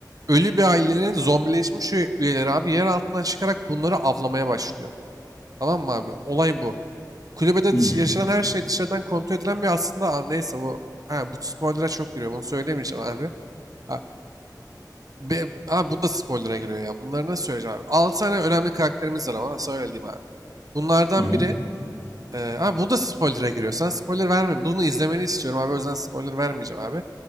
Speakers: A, on the right; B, on the left.
A: ölü bir ailenin zombileşmiş üye- üyeleri abi yer altından çıkarak bunları avlamaya başlıyor. Tamam mı abi? Olay bu. Kulübede
B: Hmm.
A: dış- yaşanan her şey dışarıdan kontrol edilen bir aslında Aa, neyse bu ha, bu spoiler'a çok giriyor. Bunu söylemeyeceğim abi. Ha, be, ha, bu da spoiler'a giriyor ya. Bunları nasıl söyleyeceğim abi? 6 tane önemli karakterimiz var ama söyleyeyim abi. Bunlardan
B: Hı hı.
A: biri ee, abi bu da spoiler'a giriyor. Sen spoiler verme. Bunu izlemeni istiyorum abi. O yüzden spoiler vermeyeceğim abi.